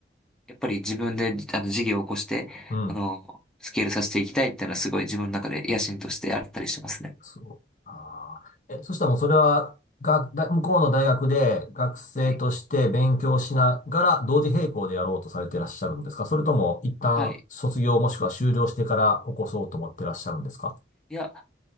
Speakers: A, in the centre; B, on the left.
A: やっぱり自分で、あの、事業を起こして、
B: うん。
A: あの、スケールさせていきたいっていうのはすごい自分の中で野心としてあったりしますね。
B: そう。あーえ、そしたらもうそれは、が、だ、向こうの大学で学生として勉強しながら同時並行でやろうとされていらっしゃるんですかそれとも一旦卒業もしくは修了してから起こそうと思ってらっしゃるんですか
A: はい。はい。いや、